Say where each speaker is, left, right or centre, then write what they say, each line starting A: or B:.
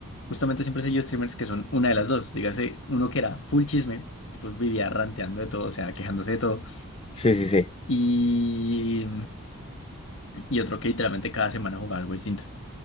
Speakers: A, on the left; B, on the left.
A: justamente siempre he seguido streamers que son una de las dos. Dígase, uno que era full chisme, tipo vivía ranteando de todo, o sea, quejándose de todo,
B: Sí, sí, sí.
A: y, y otro que literalmente cada semana jugaba algo distinto.